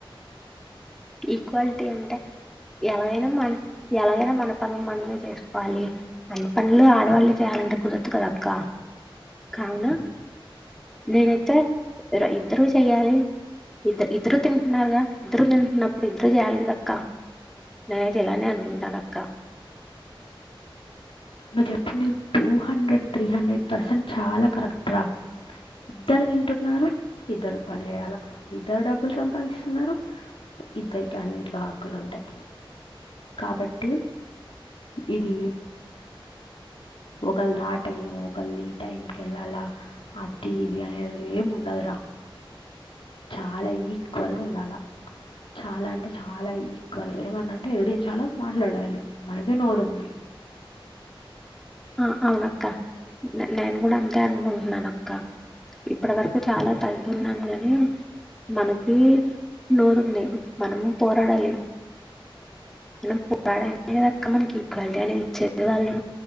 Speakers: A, in the centre; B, on the left.
A: ఈక్వాలిటీ అంటే ఎలాగైనా మన ఎలాగైనా మన పనులు మనమే చేసుకోవాలి మన పనులు ఆడవాళ్ళు చేయాలంటే కుదరదు కదక్క కావున నేనైతే ఇద్దరు చెయ్యాలి ఇద్దరు ఇద్దరు తింటున్నారుగా ఇద్దరు తింటున్న ఇప్పుడు ఇద్దరు చేయాలి అక్క నేనైతేలాని అనుకుంటాను అక్క
B: నువ్వు చెప్పింది two hundred three hundred percent చాలా కరెక్ట రా ఇద్దరు తింటున్నారు ఇద్దరు పని చేయాలా ఇద్దరు డబ్బులు సంపాదిస్తున్నారు ఇద్దరికి అన్నింటిలో హక్కులు ఉంటాయి కాబట్టి ఇది ఒకళది ఆ టైం ఒకళది ఈ టైంకి వెళ్ళాలా అది ఇది ఒకళధటిము ఒకలిదిటైం కెళ్ళాల అది ఇది అనేది ఏం ఉండదురా చాలా ఈక్వల్గా ఉండాలా చాలా అంటే చాలా ఈక్వల్గా ఏమంటంటే ఎదిరించాలో మాట్లాడాలి మనగే నోరు ఉంది
A: ఆ అవునక్క నేను కూడా అంతే అనుకుంటున్నాన అక్క ఇప్పటి వరకు చాలా తగ్గున్నాను కాని మనకి నోరుంది మనం పోరాడాలి మనం పోరాట అనేది అక్క మనకి ఈక్వాలిటీ అనేది ఇచ్చేది వాళ్ళు